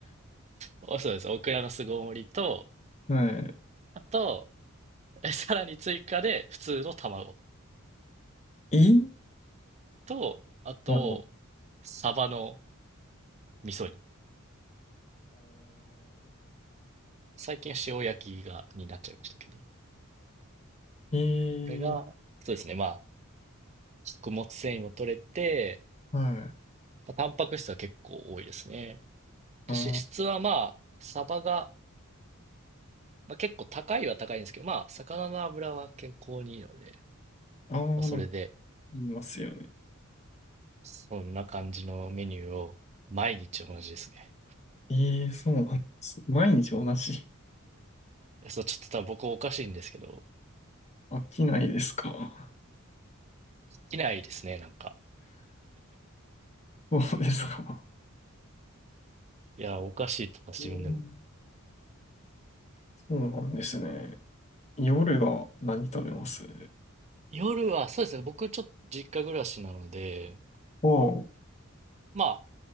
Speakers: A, on the right (about 30°); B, on the left (about 30°).
A: おそうです。オクラの巣ごもりと、
B: は
A: あと、えさらに追加で、普通の卵
B: い。え
A: と、あと、
B: ああ
A: サバの味噌煮。最近は塩焼きが、になっちゃいましたけど。こ
B: ー、
A: れが、
B: ええ
A: そうですね。まあ、食物繊維も取れて、
B: はい。
A: まあ、タンパク質は結構多いですね。で、
B: ああ、
A: 脂質はまあ、サバが、まあ、結構高いは高いんですけど、まあ、魚の油は健康にいいので、
B: ああ、
A: まあ、それで、
B: なんか言いますよね。
A: そんな感じのメニューを毎日同じですね。
B: ええ、そうなんです。毎日同じ。
A: いやそう、ちょっと多分僕おかしいんですけど、
B: 飽きないですか。
A: いきないですね、なんか。
B: <laughs> そうですか。
A: いや、おかしいと思います、
B: うん
A: 自分でも。
B: そうなんですね。夜は何食べます
A: 夜は、そうですね、僕ちょっと実家暮らしなので、
B: おう。
A: まあ、